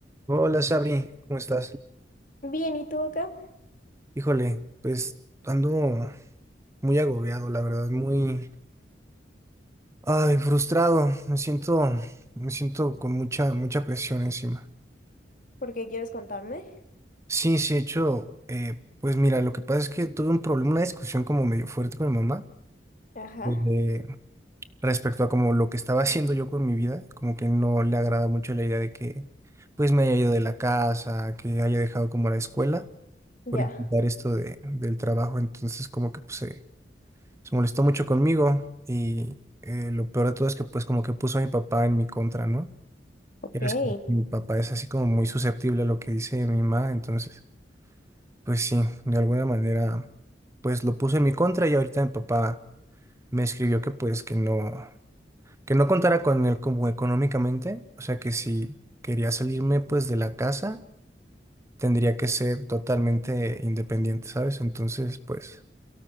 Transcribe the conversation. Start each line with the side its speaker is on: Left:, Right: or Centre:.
Right: Hola Sabri, ¿cómo estás?
Left: Bien, ¿y tú acá?
Right: Híjole, pues ando muy agobiado, la verdad, muy ay, frustrado. Me siento, me siento con mucha, mucha presión encima.
Left: ¿Por qué quieres contarme?
Right: Sí, sí, de hecho, eh, pues mira, lo que pasa es que tuve un problema, una discusión como medio fuerte con mi mamá
Left: Ajá,
Right: eh, respecto a como lo que estaba <laughs> haciendo yo con mi vida, como que no le agrada mucho la idea de que pues me haya ido de la casa, que haya dejado como la escuela
Left: ya.
Right: por intentar esto de, del trabajo, entonces como que pues... se se molestó mucho conmigo y eh, lo peor de todo es que pues como que puso a mi papá en mi contra, ¿no?
Left: Ok,
Right: Ya ves que mi papá es así como muy susceptible a lo que dice mi mamá, entonces pues sí, de alguna manera pues lo puso en mi contra y ahorita mi papá me escribió que pues que no, que no contara con él como económicamente, o sea que si quería salirme pues de la casa tendría que ser totalmente independiente, ¿sabes? Entonces pues,